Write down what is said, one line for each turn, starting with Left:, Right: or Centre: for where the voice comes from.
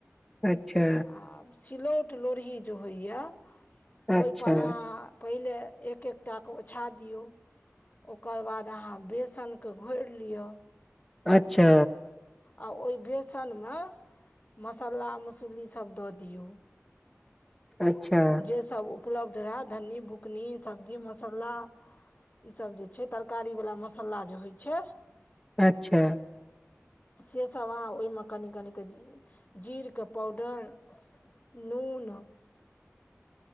Centre: अच्छा
Left: आ सिलौट लोढ़ी जे होइए
Centre: अच्छा
Left: ओहिपर अहाँ पहिले एक एक टाके ओछा दियौ ओकर बाद अहाँ बेसनकेँ घोरि लिअ
Centre: अच्छा
Left: आ ओहि बेसनमे मसाला मसलीसभ दऽ दियौ
Centre: अच्छा
Left: जे सभ उपलब्ध रहै धन्नी बुकनी सब्जी मसल्ला ईसभ जे छैय तरकारी वलाा मसाला जे होइ छैय
Centre: अच्छा
Left: से सब अहाँ ओहिमे कनि कनि क जीरके पाउडर नून
Centre: <inaudible>